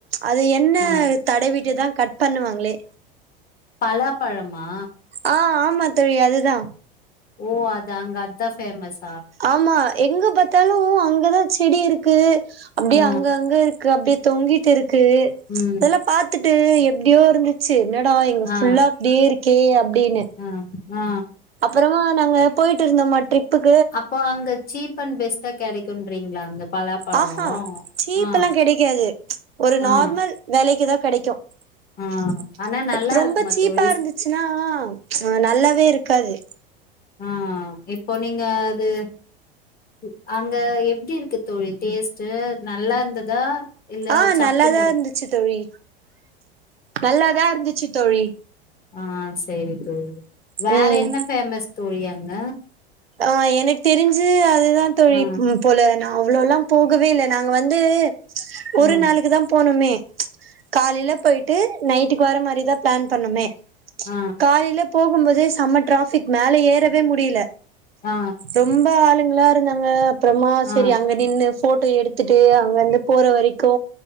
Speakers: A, on the right; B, on the left.
A: அது எண்ணெ
B: ஆ
A: தடவிட்டு தா கட் பண்ணுவாங்களே
B: பலாப்பழமா
A: ஆ ஆமா த் தோழி அது தா
B: ஓ அது அங்க அதா ஃபேமஸ்
A: ஆமா எங்க பாத்தாலும் அங்கதா ச்செடி இருக் கு அப்டியே
B: ஆ
A: அங்க அங்க இருக்கு அப்டியே தொங்கிட்டு இருக் கு
B: ம்
A: அதெல்லா பாத்துட் டு எப்டியோ இருந்துச்சு ட்டு என்னடா இங் ஃபு
B: ஆ
A: ஃபுல்லா அப்டியே இருக். கேய் அப் ப்டின்னு
B: ஆ ஆ
A: அப்புறோ நாங்க போயிட்டு இருந்தோமா ட்ரிப்புக்கு
B: அப்ப அங்க சீப் அண்ட் பெஸ்ட்டா கெடைக் குன்றீங்களா அங்க பலாப்பழோ
A: ஆஹா சீப்
B: ஆ
A: எல்லா கெடைக்காது ஒரு நார்மல்
B: ஆ
A: வெலைக்கிதா கெடைக்கு அ
B: ஆ ஆனா நல்லா
A: ரொம்ப
B: இருக்குமா
A: சீப்பா
B: தோழி
A: இருந்துச்சுன்னா ஆ நல்லாவே இரு க்காது
B: ஆ இப்ப நீங்க அது ம் அங்க எப்டி இருக்கு தோழி டேஸ்ட்டு நல்லா இருந்ததா இல்ல
A: ஆ
B: சப்புன்னு
A: நல்லாதா
B: இரு
A: இருந்துச்சு தோழி நல்லாதா இருந்து ச்சு தோழி
B: ஆ செரி தோழி வேற
A: ம்
B: என்ன ஃபேமஸ் தோழி அ ங்க
A: ஆ எனக்கு தெரிஞ்சு அதுதா தோழி
B: ஆ
A: ம் போல நா அவ்ளோ எல்லாம் போகவே இல்ல நாங்க வந்து
B: ஆ
A: ஒரு நாளுக்குதா போனமே <inaudible> காலைல போய் ட்டு நைட்டுக்கு வர மாரிதா பிளான் பண்ணமே
B: ஆ
A: காலைல போகும்போது செம டிராஃபிக் மேல ஏறவே முடியல
B: ஆ ஆ
A: ரொம்ப ஆளுங் கல்லா இருந்தாங்க அப்புறமா
B: ஆ
A: சேரி அங்க நின்னு ஃபோட் டோ எடுத்துட்டு அங்க இருந்து போற வரைக்கு